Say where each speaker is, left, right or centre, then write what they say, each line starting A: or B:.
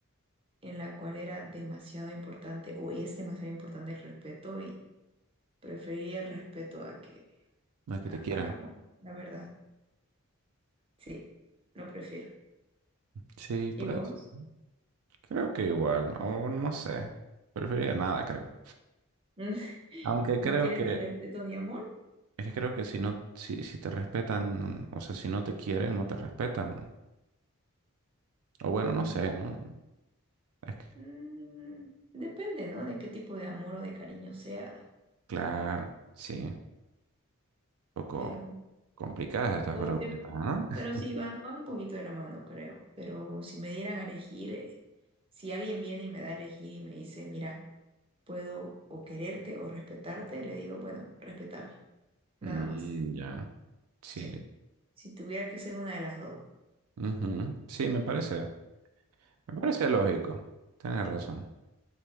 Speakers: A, on the right (about 25°); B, on the right (about 80°).
A: en la cual era demasiado importante o es demasiado importante el respeto y prefería el respeto a que
B: No es que
A: a-
B: te quieran.
A: al amor, la verdad. Sí, lo prefiero.
B: Sí, pues
A: ¿Y vos?
B: creo que igual, o no sé. Preferiría nada, creo.
A: <laughs>
B: Aunque creo
A: ¿No quieres
B: que,
A: ni respeto ni amor?
B: es que creo que si no, si, si te respetan, o sea, si no te quieren, no te respetan. O bueno, no sé,
A: Ya.
B: ¿no? Es que,
A: Mm, depende, ¿no? De qué tipo de amor o de cariño sea,
B: claro, sí, un poco
A: pero
B: complicadas estas
A: como
B: preguntitas,
A: que,
B: ¿no?
A: pero
B: <laughs>
A: sí, van, van un poquito de la mano, creo, pero si me dieran a elegir, eh, si alguien viene y me da a elegir y me dice, mira, puedo o quererte o respetarte, le digo, bueno, respétame, nada
B: Mm,
A: más,
B: ya. Sí.
A: sí, si tuviera que ser una de las dos.
B: ujú, Sí, me parece. Me parece lógico. Tienes razón.